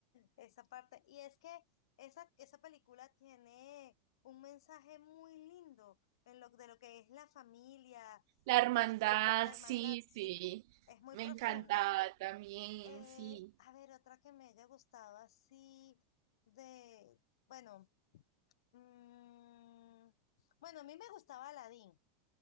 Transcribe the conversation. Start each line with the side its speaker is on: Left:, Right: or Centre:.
Left: esa parte. Y es que esa, esa película tiene un mensaje muy lindo en lo, de lo que es la familia,
Right: La hermandad,
Left: en lo que- la hermandad,
Right: sí, sí.
Left: sí, es muy
Right: Me
Left: profunda.
Right: encantaba también,
Left: Eh,
Right: sí.
Left: a ver, otra que me haya gustado así de, bueno, mm, bueno, a mí me gustaba Aladdin.